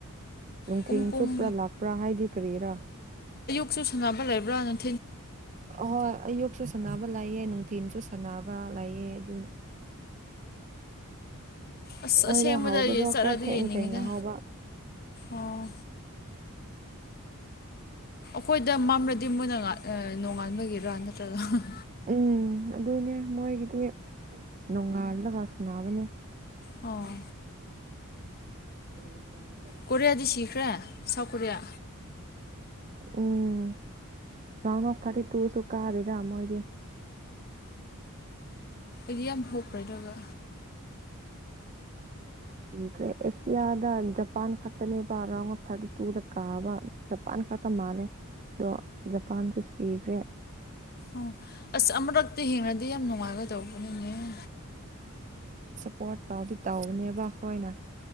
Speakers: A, on the right; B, on the left.
A: ꯅꯨꯡꯊꯤ
B: ꯄꯨꯡ ꯄꯨꯡ
A: ꯆꯨꯞꯄ꯭ꯔꯥ ꯂꯥꯛꯄ꯭ꯔꯥ ꯍꯥꯏꯗꯤ ꯀꯔꯤꯔ
B: ꯀꯛꯁꯨ ꯁꯥꯟꯅꯕ ꯂꯩꯕ꯭ꯔꯥ ꯅꯅ
A: ꯑꯍꯣꯏ ꯑꯌꯨꯛꯁꯨ ꯁꯅꯕ ꯂꯥꯛꯑꯦ ꯅꯨꯡꯊꯤꯟꯜꯁꯨ ꯁꯥꯟꯅꯕ ꯂꯑꯦ ꯑꯗꯨ
B: ꯑꯁ
A: ꯃꯣꯏꯗꯣ
B: ꯑꯁꯦꯡꯕꯗ
A: ꯍꯧꯕꯗꯣ
B: ꯆꯠꯂ
A: ꯈꯔ
B: ꯑꯗꯨ
A: ꯊꯦꯡ
B: ꯌꯦꯡꯅꯤꯡꯉꯤꯗ
A: ꯊꯦꯡꯅ ꯍꯧꯕ
B: ꯑꯣ ꯑꯩꯈꯣꯏꯗ ꯃꯝꯂꯗꯤ ꯃꯣꯏꯅ ꯅꯣꯡꯉꯥꯟꯕꯒꯤꯗꯔꯥ ꯅꯠꯇ꯭ꯔꯒ
A: ꯎꯝ ꯑꯗꯨꯅꯦ ꯃꯣꯏꯒꯤꯗꯤ ꯅꯣꯡꯉꯥꯜꯂꯒ ꯁꯥꯟꯅꯕꯅꯦ
B: ꯑꯣ
A: ꯎ
B: ꯀꯣꯔꯤꯌꯥ ꯗꯤꯁꯇ꯭ꯔꯤꯛꯈ꯭ꯔꯦ ꯁꯥꯎꯠ ꯀꯣꯔꯤꯌꯥ
A: ꯎꯝ ꯂꯃ ꯊꯇꯤ ꯇꯨ ꯁꯨꯀꯥꯗꯦꯗ ꯃꯣꯏꯗꯤꯦ
B: ꯑꯗꯨ ꯌꯥꯝꯝ ꯍꯣꯞ ꯔꯖꯛꯒ
A: ꯈ꯭ꯔꯦ ꯑꯦꯁꯤꯌꯥꯗ ꯖꯄꯥꯟ ꯈꯛꯇꯅꯦꯕ ꯑꯔꯥꯎ ꯊꯥꯔꯇꯤ ꯇꯨꯗ ꯀꯥꯕ ꯖꯄꯥꯟ ꯈꯛꯇ ꯃꯥꯜꯂꯦ ꯑꯗꯣ ꯖꯄꯥꯟꯁꯨ ꯁꯤꯈ꯭ꯔꯦ
B: ꯑꯣ ꯑꯁ ꯑꯃꯨꯔꯛꯇꯤ ꯍꯦꯡꯅꯗꯤ ꯌꯥꯝ ꯅꯨꯡꯉꯥꯏꯒꯗꯧꯕꯅꯤꯅꯦ
A: ꯄꯣꯠ ꯐꯥꯎꯗꯤ ꯇꯧꯕꯅꯦꯕ ꯑꯩꯈꯣꯏꯅ